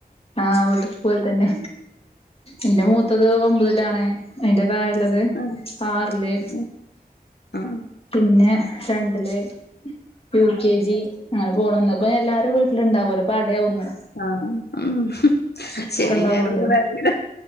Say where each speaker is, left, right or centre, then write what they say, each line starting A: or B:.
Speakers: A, on the left; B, on the left.
A: ആഹ് വീട്ടിത്തെ പോലെ തന്നെ എന്റെ മൂത്തത് ഒമ്പതിലാണ്. അതിന്റെ താഴെയുള്ളത്
B: ആഹ് ആഹ്
A: ആറില്.
B: ഉം ആഹ്
A: പിന്നെ രണ്ടില്. U K G. അങ്ങനെ പോകണംന്ന് ഇപ്പൊ എല്ലാരും വീട്ടിലിണ്ടാവോലൊ ഒരു പടയാവുംന്.
B: ആ ഉം ശനി
A: ഉണ്ടാവോണ്ടേ
B: ഞായറുംന്ന് ഭയങ്കര